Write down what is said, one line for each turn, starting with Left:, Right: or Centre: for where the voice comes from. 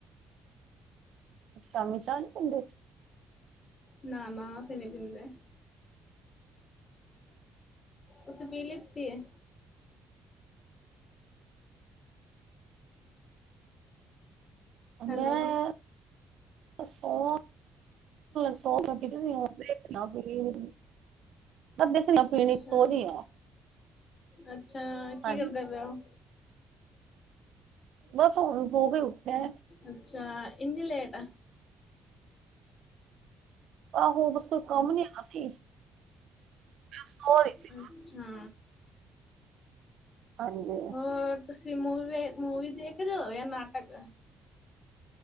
Right: ਸ਼ਾਮੀ ਚਾਹ ਨੀ ਪੀਦੇ?
Left: ਨਾ-ਨਾ ਅਸੀਂ ਨੀ ਪੀਦੇ। ਤੁਸੀਂ ਪੀ ਲੀਤੀ ਏ? ਹੈਲੋ
Right: ਮੈਂ ਸੌ ਸੋਲ ਲੈਤੀ ਤੀ ਗੀ, ਹਾਂ। ਦੇਖਣਾ ਪੀਨੀ ਓ ਦੇਖਣਾ
Left: ਅੱਛਾ
Right: ਪੀਨੀ ਸੋ ਰੀ ਆ।
Left: ਅੱਛਾ, ਕੀ
Right: ਹਾਂਜੀ
Left: ਕਰਦੇ ਪ‌ਏ ਓ?
Right: ਬਸ ਹੁਣ ਸੋ ਕੇ ਈ ਉੱਠੇ।
Left: ਅੱਛਾ, ਏਨੀ ਲੇਟ?
Right: ਆਹੋ ਬਸ ਕੋਈ ਕੰਮ ਨੀ ਹੈਗਾ ਸੀ। ਸੋ ਰਹੀ ਸੀ,
Left: ਅੱਛਾ,
Right: ਹਾਂਜੀ।
Left: ਹੋਰ ਤੁਸੀਂ ਮੂਵੀ ਵੇ ਮੂਵੀ ਦੇਖਦੇ ਓ ਜਾਂ ਨਾਟਕ?